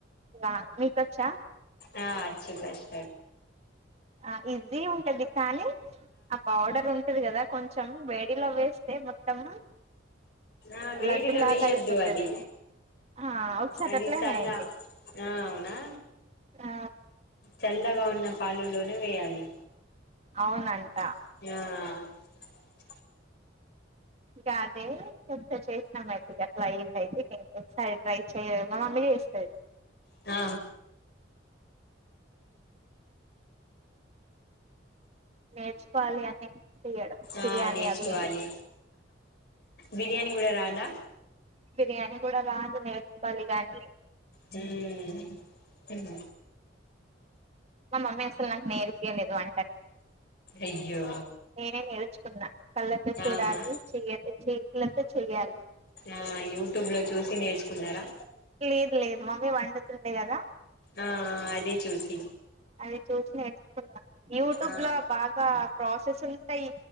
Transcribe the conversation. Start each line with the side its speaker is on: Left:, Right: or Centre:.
Right: రా మీకొచ్చా
Left: ఆ అచ్చి కస్
Right: ఆ ఈజీ ఉంటది కానీ ఆ పౌడర్ ఉంటది కదా కొంచెం వేడిలో వేస్ తే మొత్తం
Left: ఆ వేడిలో
Right: లడ్డు లాగా
Left: వెయ్యోద్దు
Right: అయిపోతది
Left: అది
Right: ఆ ఒకసారి
Left: అది
Right: అట్లనే
Left: చల్ల
Right: అయింది
Left: అవునా
Right: ఆ
Left: చల్ల ల్లగా ఉన్న పాలులోనే వేయాలి
Right: అవునంటా
Left: ఆ
Right: కాదే కొంచ చే ఇ అయితే అట్లా అయ్యింది అయితే ఇ ఇంకొసారి ట్రై చెయ్య మా మమ్మీని చేస్తది
Left: ఆ
Right: నేర్చుకోవాలి అన్నీ చేయడం
Left: ఆ
Right: బిర్యాణి
Left: నేర్చుకోవాలి
Right: అవి ఇవి
Left: బిర్యానీ గూడా రాదా
Right: బిర్యానీ కూడా రాదు నేర్చుకోవాలి గానీ
Left: హ్మ్
Right: మా మమ్మీ అసలు నాకు నేర్పియ్యలేదు వంటనే
Left: అయ్యో
Right: నేనే నేర్చుకున్న కళ్ళతో చూడాలి
Left: అవునా
Right: చెయదు చేతులతో చేయాలి
Left: ఆ యూట్యూబ్ లో చూసి నేర్చుకున్నారా
Right: లేదు లేదు మమ్మీ వండుతుండే కదా
Left: ఆ అదే చూసి
Right: అది చూసి నేర్చుకున్నా యూట్యూబ్
Left: ఆ
Right: లో బాగా ప్రాసెస్ ఉంటాయి